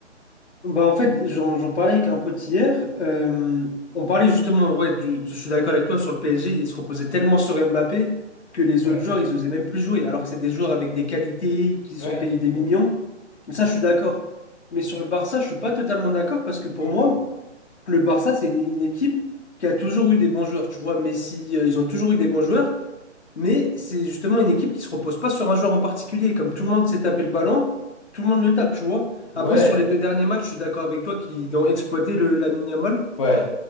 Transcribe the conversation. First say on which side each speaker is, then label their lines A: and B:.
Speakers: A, on the left (about 65°); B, on the left (about 25°).
A: Bah en fait, j'en j'en parlais avec un pote hier. euh, on parlait justement, ouais, du- je suis d'accord avec toi sur le PSG. Il se reposait tellement sur Mbappé que les
B: Ouais,
A: autres joueurs, ils osaient même plus jouer. Alors que c'est des joueurs avec des qualités, qui sont
B: ouais,
A: payés
B: exactement.
A: des millions. Ça, je suis d'accord. Mais sur le Barça, je suis pas totalement d'accord parce que pour
B: Ok.
A: moi, le Barça, c'est une, une équipe qui a toujours eu des bons joueurs. Tu vois, Messi, euh, ils ont toujours eu des bons joueurs. Mais c'est justement une équipe qui se repose pas sur un joueur en particulier. Comme tout le monde s'est tapé le ballon, tout le monde le tape, tu vois.
B: Ouais,
A: Après, sur les deux derniers matchs, je suis d'accord avec toi qu'ils ont exploité le, Lamine Yamal.
B: ouais,